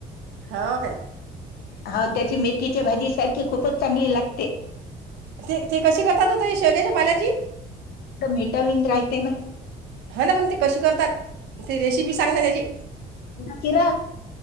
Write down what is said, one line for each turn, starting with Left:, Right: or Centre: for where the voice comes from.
Right: हो का
Left: हाव त्याची मेथीची भाजी सारखी खूपच चांगली लागते
Right: ते ते कशी करतात हो ते शेवग्याच्या पाल्याची
Left: मेटावीन राहते ना
Right: हो ना पण ते कशी करतात ते रेसिपी सांग ना त्याची
Left: ते <inaudible>